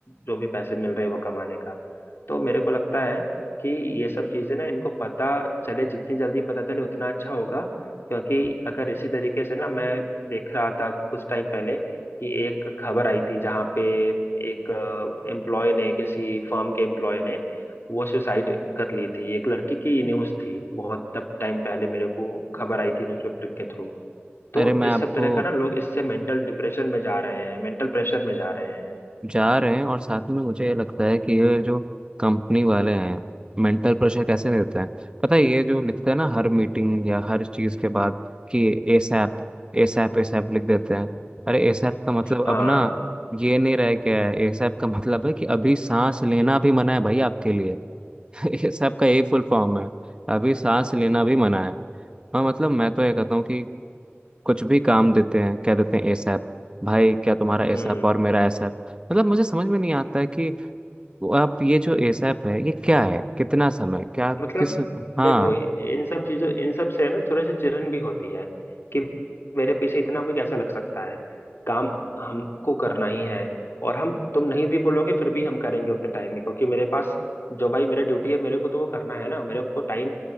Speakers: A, on the left; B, on the right.
A: जो भी पैसे मिल रहे हैं वो कमाने का तो मेरे को लगता है कि ये सब चीजें ना इनको पता चले जितनी जल्दी पता चले उतना अच्छा होगा क्योंकि अगर इसी तरीके से ना मैं देख रहा था कुछ टाइम पहले कि एक खबर आई थी जहाँ पे एक एम्प्लॉय ने किसी फर्म के एम्प्लॉय ने वो सुसाइड कर ली थी एक लड़की की न्यूज़ थी बहुत तब टाइम पहले मेरे को खबर आई थी न्यूज़पेपर के थ्रू तो
B: अरे मैं
A: इस
B: आपको
A: सब तरह का ना लोग इससे मेंटल डिप्रेशन में जा रहे हैं मेंटल प्रेशर में जा रहे हैं
B: जा रहे हैं और साथ में मुझे ये लगता है कि ये जो कंपनी वाले हैं मेंटल प्रेशर कैसे देते हैं पता है ये जो लिखते हैं ना हर मीटिंग या हर चीज़ के बाद कि एसएप एसएप एसएप लिख देते हैं अरे एसएप का मतलब
A: हाँ
B: अब ना ये नहीं रह गया है एसएप का मतलब है कि अभी सांस लेना भी मना है भाई आपके लिए <laughs> एसएप का यही फुल फॉर्म है अभी सांस लेना भी मना है हाँ मतलब मैं तो ये कहता हूँ कि कुछ भी काम देते हैं कह देते हैं एसएप भाई क्या तुम्हारा एसएप
A: हम्म
B: और मेरा एसएप मतलब मुझे समझ में नहीं आता है कि वो आप ये जो एसएप है ये क्या है कितना समय क्या
A: मतलब
B: किस हाँ
A: देखो ये- इन सब चीजों इन सब से है ना थोड़ी सी चिढ़न भी होती है कि मेरे पीछे इतना कोई कैसे लग सकता है काम हमको करना ही है और हम तुम नहीं भी बोलोगे फिर भी हम करेंगे उतने टाइम में क्योंकि मेरे पास जो भाई मेरा ड्यूटी है मेरे को तो वो करना है ना मेरे को टाइम